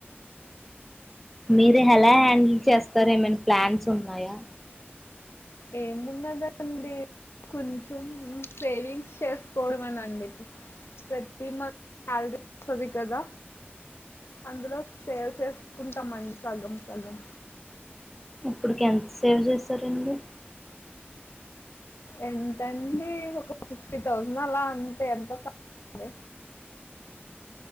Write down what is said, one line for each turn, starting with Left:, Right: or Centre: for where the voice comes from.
Centre: మీరు హెలా హ్యాండిల్ చేస్త చేస్తారు ఏమైనా ప్లాన్స్ ఉన్నాయా
Left: ఏ మున్నదండి. కొంచెం సేవింగ్స్ చేసుకోవడంమనండి ఇ ప్రతి మంత్ సాలరీ వస్తుంది కదా అందులో సేవ్ చేసుకుంటామ అండి సగం సగం
Centre: ఇప్పుడుకి ఎంత సేవ్ చేసరండి.
Left: ఎంతండి ఒక ఫిఫ్టీ థౌసండ్ అలా అంతే ఎంత కాండి